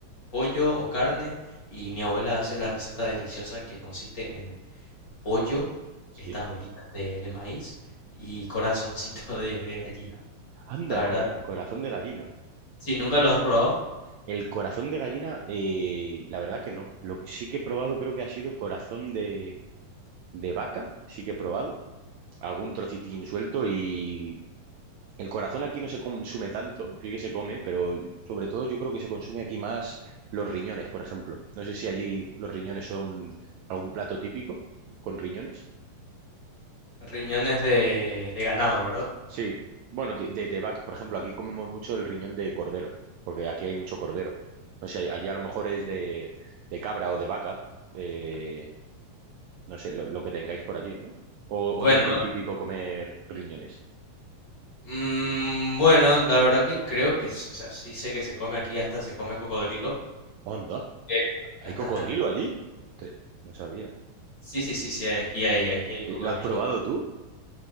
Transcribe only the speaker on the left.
pollo o carne. Y mi abuela hace la receta deliciosa que consiste en pollo,
estas bolitas de, de maíz y corazoncito <laughs> de, de gallina.
La verdad,
si nunca los has probado,
riñones de, de ganado, ¿verdad?
Bueno,
mm, bueno, la verdad que creo que, s- o sea, sí sé que se come aquí, hasta se come cocodrilo.
Eh,
<laughs>
Sí, sí, sí, sí, aquí hay, aquí hay cocodrilo.